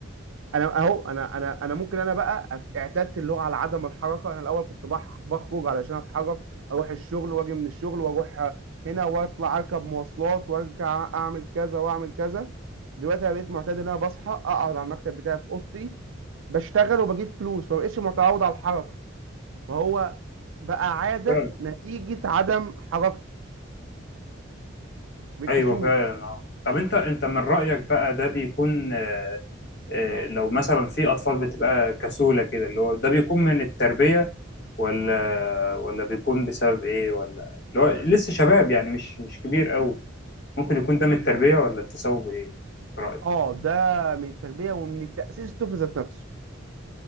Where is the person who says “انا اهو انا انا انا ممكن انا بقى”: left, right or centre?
Right